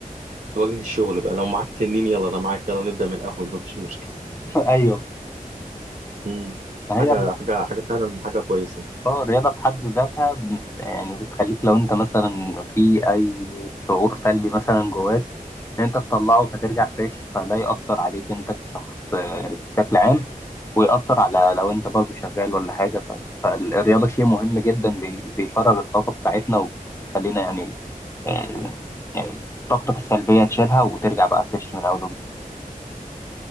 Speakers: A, on the right; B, on the left.
A: تواجه الشغل بقى لو معاك تنين يلا انا معاك يلا نبدأ من الاول مفيش مشكلة
B: ايوه
A: مم.
B: فهي
A: حاجة حاجة حاجة فعلا حاجة كويسة
B: اه الرياضة في حد ذاتها ب- يعني بتخليك لو انت مثلا في اي شعور سلبي مثلا جواك ان انت تطلعه فترجع فريش فده يأثر عليك انت كشخص آه، بشكل عام ويأثر على لو انت برضه شغال ولا حاجة ف- فالرياضة شيء مهم جدا بي- بيفرغ الطاقة بتاعتنا وبيخلينا يعني آه، يعني طاقتك السلبية تشيلها وترجع بقى فريش من اول وجديد